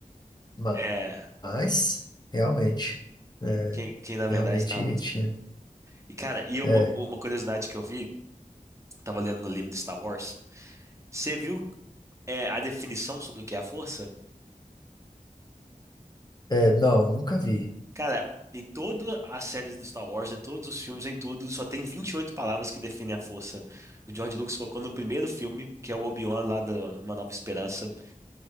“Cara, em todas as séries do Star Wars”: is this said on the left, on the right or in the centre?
Right